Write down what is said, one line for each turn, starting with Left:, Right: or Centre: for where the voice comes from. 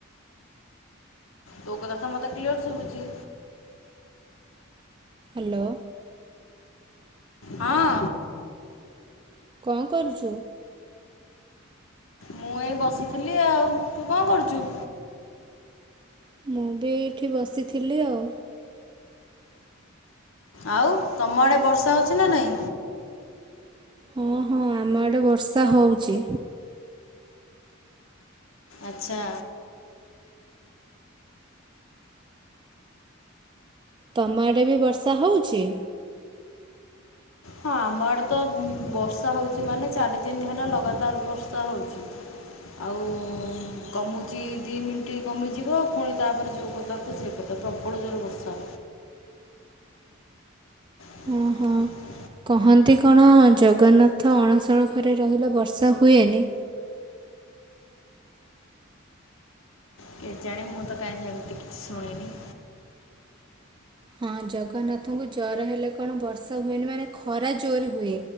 Left: ତୋ କଥା ତ ମତେ କ୍ଲିୟର ଶୁଭୁଚି।
Right: ହାଲୋ।
Left: ହଁ।
Right: କଣ କରୁଚୁ?
Left: ମୁଁ ଏଇ ବସିଥିଲି ଆଉ ତୁ କଣ କରୁଚୁ?
Right: ମୁଁ ବି ଏଇଠି ବସିଥିଲି ଆଉ।
Left: ଆଉ ତମ ଆଡ଼େ ବର୍ଷା ହୋଉଚି ନା ନାଇଁ?
Right: ହଁ ହଁ ଆମ ଆଡେ ବର୍ଷା ହୋଉଚି।
Left: ଆଚ୍ଛା।
Right: ତମ ଆଡ଼େ ବି ବର୍ଷା ହୋଉଛି?
Left: ହଁ ଆମ ଆଡେ ତ ଉଁ ବର୍ଷା ହୋଉଚି ମାନେ ଚାରି ଦିନ ହେଲା ଲଗାତାର ବର୍ଷା ହୋଉଚି। ଆଉ କମୁଚି ଦିଇ ମିନଟି କମିଯିବ ଫୁଣି ତାପରେ ଯୋଉ କଥାକୁ ସେଇ କଥା ପ୍ରବଳ ଜୋରେ ବର୍ଷା। <inaudible>
Right: ହଁ ହଁ କହନ୍ତି କଣ ଜଗନ୍ନାଥ ଅଣାସଳଖରେ ରହିଲେ ବର୍ଷା ହୁଏନି।
Left: କେଜାଣି ମୁଁ ତ କାଇଁ ସେମିତି କିଛି ଶୁଣିନି।
Right: ହଁ ଜଗନ୍ନାଥଙ୍କୁ ଜର ହେଲେ କଣ ବର୍ଷା ହୁଏନି ମାନେ ଖରା ଜୋରେ ହୁଏ।